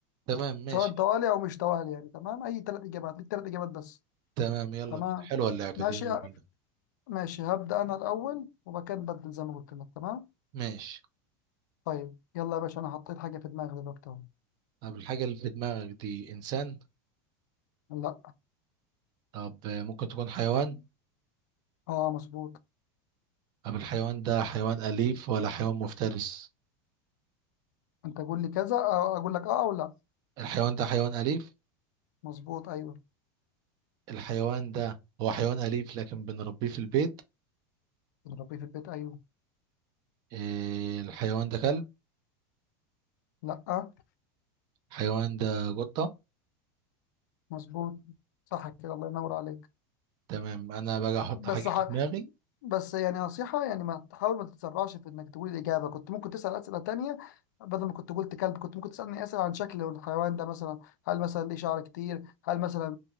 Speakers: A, on the right (about 45°); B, on the left (about 80°).
A: تمام ماشي
B: سواء توالي او مش توالي يعني تمام اي ثلاث اجابات ليك ثلاث اجابات بس
A: تمام يلا
B: تمام
A: بينا حلوة اللعبة
B: ماشي
A: دي يلا بينا
B: ماشي هبدأ أنا الأول وبعد كده نبدل زي ما قلت لك تمام
A: ماشي
B: طيب يلا يا باشا أنا حطيت حاجة في دماغي دلوقتي أهو
A: طب الحاجة اللي في دماغك دي إنسان
B: لا
A: طب آه، ممكن تكون حيوان
B: أه مظبوط
A: طب الحيوان ده حيوان أليف ولا حيوان مفترس
B: أنت قول لي كذا أو أقول لك أه أو لا
A: الحيوان ده حيوان أليف
B: مظبوط أيوه
A: الحيوان ده هو حيوان أليف لكن بنربيه في البيت
B: بنربيه في البيت أيوه
A: إيه، الحيوان ده كلب
B: لا
A: الحيوان ده قطة
B: مظبوط صح كده الله ينور عليك
A: تمام أنا بقى أحط
B: بس
A: حاجة
B: ح...
A: في دماغي
B: بس يعني نصيحة يعني ما تحاول ما تتسرعش في انك تقول الإجابة كنت ممكن تسأل أسئلة تانية بدل ما كنت قلت كلب كنت ممكن تسألني أسئلة عن شكل الحيوان ده مثلا هل مثلا ليه شعر كتير هل مثلا